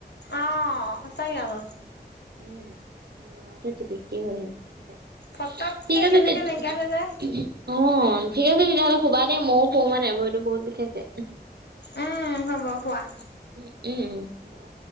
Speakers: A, on the left; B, on the right.
A: অ, অ, সঁচাই আকৌ।
B: উম, মৰাটো টিপিকি হৈ থাকে।
A: পতককে
B: ঠিক আছে
A: কেনেকে
B: তে,
A: নাইকিয়া
B: অ,
A: হৈ যায়
B: ঠিক আছে তেতিয়াহ'লে সুবা দে ময়ো শোবো মানে ভইতো বহুত বিষাইছে।
A: উম হ'ব শোৱা।
B: উম, উম, উম, হ'ব